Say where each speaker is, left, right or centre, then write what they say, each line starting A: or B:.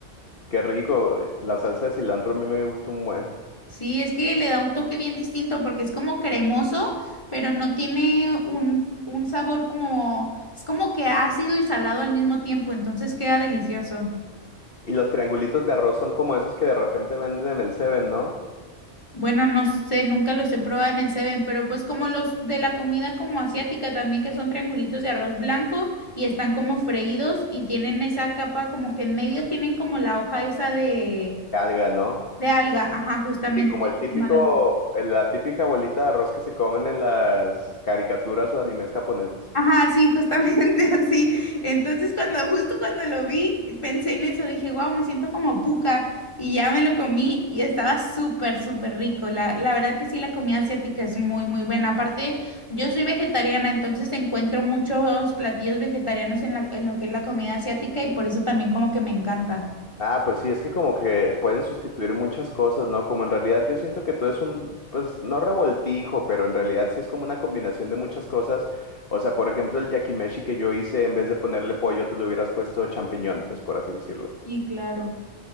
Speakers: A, on the left; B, on the left.
A: Qué rico, eh, la salsa de cilantro a mí me gusta un buen.
B: Sí, es que le da un toque bien distinto porque es como cremoso, pero no tiene un, un sabor como, es como que ácido y salado al mismo tiempo, entonces queda delicioso.
A: Y los triangulitos de arroz son como esos que de repente venden en el Seven, ¿no?
B: Bueno, no sé, nunca los he probado en el Seven, pero pues como los de la comida como asiática también, que son triangulitos de arroz blanco y están como freídos y tienen esa capa como que en medio tienen como la hoja esa de,
A: Alga, ¿no?
B: de alga, ajá, justamente.
A: Y como
B: y
A: el típico,
B: encima la-
A: la típica bolita de arroz que se comen en las caricaturas o animes japoneses.
B: Ajá, sí, justamente <laughs> así. Entonces, cuando, justo cuando lo vi, pensé en eso, dije, wow, me siento como puca. Y ya me lo comí y estaba súper, súper rico. La, la verdad que sí, la comida asiática es muy, muy buena. Aparte, yo soy vegetariana, entonces encuentro muchos platillos vegetarianos en la- en lo que es la comida asiática y por eso también como que me encanta.
A: Ah, pues sí, es que como que pueden sustituir muchas cosas, ¿no? Como en realidad yo siento que todo es un, pues no revoltijo, pero en realidad sí es como una combinación de muchas cosas. O sea, por ejemplo, el yakimeshi que yo hice, en vez de ponerle pollo, tú le hubieras puesto champiñones, por así decirlo.
B: Sí, claro.